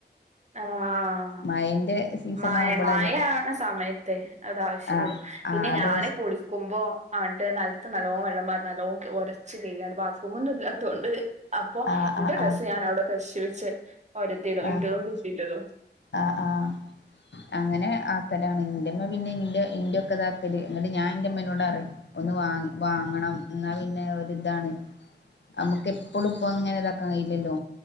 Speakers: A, on the right; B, on the left.
A: ആഹ്
B: മഴന്റെ
A: മയ
B: ആവുമ്പോളല്ലേ
A: മയ ആവണ സമയത്തെ അതാവശ്യള്ളു
B: ആ ആ
A: പിന്നെ
B: അത്
A: ഞാന് കുളിക്കുമ്പോ- ആണ്ട് നിലത്തു നല്ലോം വെള്ളം പാർന്നു നല്ലോം ഉരച്ചു കഴുകികാണ്ട് ബാത്രറൂം ഇല്ലാതോണ്ട്. അപ്പൊ
B: ആ
A: എന്റെ
B: ആ
A: ഡ്രസ്സ്
B: ആ
A: ഞാൻ അവിടെ ക്‌ളഷ് വെച്ച് രതിടും
B: ആ
A: ഇന്റതും കുട്ടിന്റെ തും.
B: ആ ആഹ് അങ്ങനെ ആക്കലാണ് ഇന്റെമ്മ പിന്നെ ഇന്റെ ഇന്റെ ഒക്കെ ഇതാക്കല് ഇങട് ഞാ എന്റെമ്മേനോട് അറി ഒന്ന് വാങ്ങി വാങ്ങണം എന്നാ പിന്നെ ഒരിതാണ്. നമ്മുക്ക് എപ്പഴും ഇപ്പ ഇങ്ങനെ ഇതാക്കൻ കഴിയില്ലല്ലോ